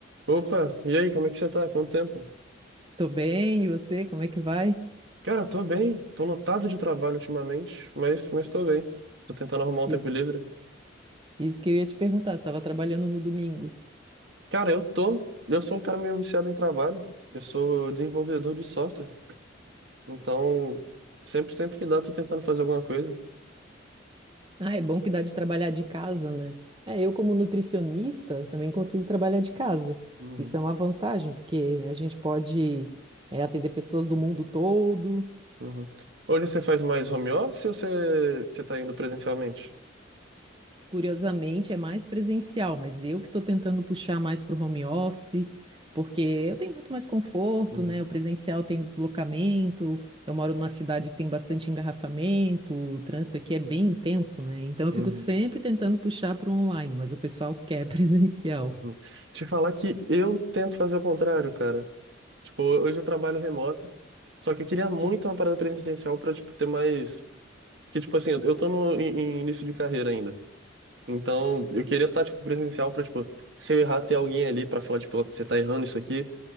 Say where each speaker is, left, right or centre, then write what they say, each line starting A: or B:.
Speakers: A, on the right; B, on the right.
A: Opa, e aí, como é que você tá? Quanto tempo?
B: Tô bem, e você? Como é que vai?
A: Cara, tô bem, tô lotado de trabalho ultimamente, mas, mas tô bem. Tô tentando arrumar um
B: Isso,
A: tempo livre.
B: isso que eu ia te perguntar, você estava trabalhando no domingo.
A: Cara, eu tô, eu sou um cara meio viciado em trabalho. Eu sou desenvolvedor de software, então sempre, sempre que dá, tô tentando fazer alguma coisa.
B: Ah, é bom que dá de trabalhar de casa, né? É, eu como nutricionista também consigo trabalhar de casa.
A: Uhum,
B: Isso é uma vantagem, porque a gente pode, é, atender pessoas do mundo todo,
A: uhum. Hoje você faz mais home office ou você, você tá indo presencialmente?
B: Curiosamente, é mais presencial, mas eu que estou tentando puxar mais para o home office, porque eu tenho muito mais conforto,
A: Uhum,
B: né? O presencial tem o deslocamento, eu moro numa cidade que tem bastante engarrafamento, o trânsito aqui é bem intenso, né? Então eu
A: uhum,
B: fico sempre tentando puxar para o online, mas o pessoal quer <laughs> presencial.
A: uhum. Te falar que eu tento fazer o contrário, cara. Tipo, hoje eu trabalho remoto, só que eu queria muito uma parada presencial pra, tipo, ter mais... Que, tipo assim, eu eu tô no em- em início de carreira ainda. Então, eu queria estar, tipo, presencial pra, tipo, se eu errar, ter alguém ali pra falar, tipo, "Ó, você tá errando isso aqui.